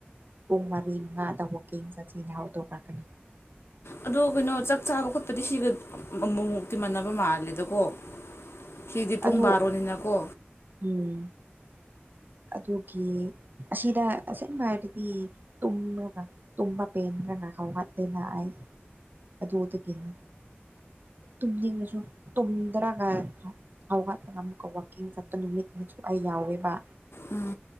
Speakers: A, on the right; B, on the left.
A: ꯄꯨꯡ ꯃꯔꯤ ꯃꯉꯥꯗ ꯋꯀꯤꯡ ꯆꯠꯁꯤꯅ ꯍꯧꯗꯣꯛꯂꯛꯀꯅꯤ
B: ꯑꯗꯣ ꯀꯩꯅꯣ ꯆꯥꯛ ꯆꯥꯕ ꯈꯣꯠꯄꯗꯤ ꯁꯤꯒ ꯑꯃꯨꯛꯃꯨꯛꯇꯤ ꯃꯥꯟꯕ ꯃꯥꯜꯂꯦꯗꯀꯣ ꯀꯤꯗꯤ ꯄꯨꯡ
A: ꯑꯗꯨ
B: ꯕꯥꯔꯣꯅꯤꯅ ꯀꯣ
A: ꯎꯝ ꯑꯗꯨꯒꯤ ꯑꯁꯤꯗ ꯑꯁꯦꯡꯕ ꯍꯥꯏꯔꯗꯤ ꯇꯨꯝꯂꯒ ꯇꯨꯝꯕ ꯄꯦꯟꯗ꯭ꯔꯒ ꯍꯧꯒꯠꯂ‌ꯦꯅ ꯑꯩ ꯑꯗꯨꯗꯒꯤ ꯌꯥꯝ ꯇꯨꯝꯅꯤꯡꯕꯁꯨ ꯇꯨꯝꯗ꯭ꯔꯒ ꯍꯧꯒꯠꯂꯒ ꯑꯃꯨꯛꯀ ꯋꯥꯋꯥꯛꯀꯤꯡ ꯆꯠ ꯅꯨꯃꯤꯠ ꯃꯁꯨ ꯑꯩ ꯌꯥꯎꯋꯦꯕ
B: ꯎꯝ